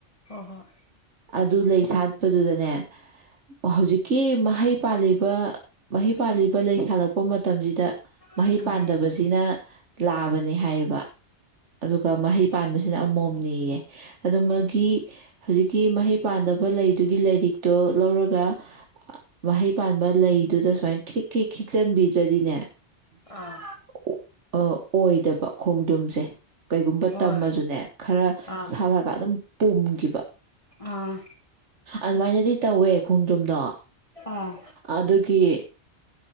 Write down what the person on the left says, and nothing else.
ꯍꯣꯏ
ꯍꯣꯏ ꯎꯝ
ꯎꯝ
ꯑꯥ
ꯍꯣꯏ
ꯑꯥ
ꯑꯥ
ꯑꯥ